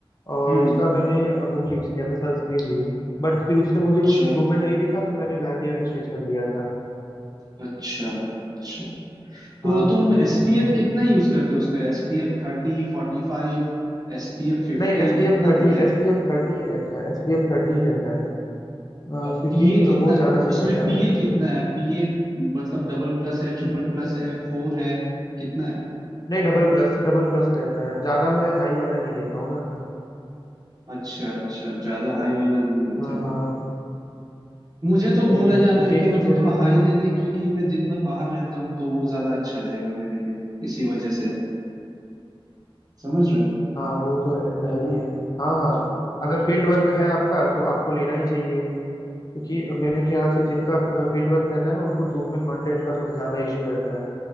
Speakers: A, on the left; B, on the right.
A: और
B: हम्म
A: उसका मैंने वो भी यूज़ किया था सनस्क्रीन भी बट फिर उससे मुझे
B: अच्छा
A: कुछ इम्प्रूवमेंट नहीं दिखा तो मैंने गार्नियर पे स्विच कर लिया था
B: अच्छा अच्छा तो
A: हाँ
B: तुम
A: हम्म।
B: एसपीएफ कितना यूज करते हो उसमें SPF thirty forty five SPF fifty
A: नहीं S P
B: कितना
A: F thirty
B: रहता है
A: S P F thirty ही रहता है एस पी एफ थर्टी ही रहता है अ,
B: और
A: क्योंकि
B: पीए कितना
A: वो ज़्यादा सही
B: उसमें
A: रहता है
B: पीए
A: ना
B: कितना है पीए मतलब डबल प्लस है ट्रिपल
A: हम्म,
B: प्लस है फोर है कितना है
A: नहीं डबल प्लस डबल प्लस रहता है ज़्यादा मैं हाई वाला नहीं लेता हूँ ना
B: अच्छा अच्छा ज्यादा हाई वाला नहीं लेते
A: हाँ
B: हो
A: हाँ
B: मुझे तो
A: नहीं
B: बोला
A: नहीं
B: जा
A: क्योंकि
B: रहा है कि मतलब
A: उसमें
B: थोड़ा
A: फिर
B: हाई लेने क्योंकि मैं दिन भर बाहर रहता हूँ तो वो ज्यादा अच्छा रहेगा मेरे लिए इसी वजह से समझ रहे हो
A: हाँ वो तो रहता
B: तो मु-
A: ही है हाँ हाँ
B: मुझे
A: अगर फील्ड वर्क है आपका तो आपको लेना ही चाहिए क्योंकि मेरे ख्याल से जिनका फील्ड वर्क रहता है ना उनको धूप में कांटेक्ट का थोड़ा ज्यादा इशू रहता है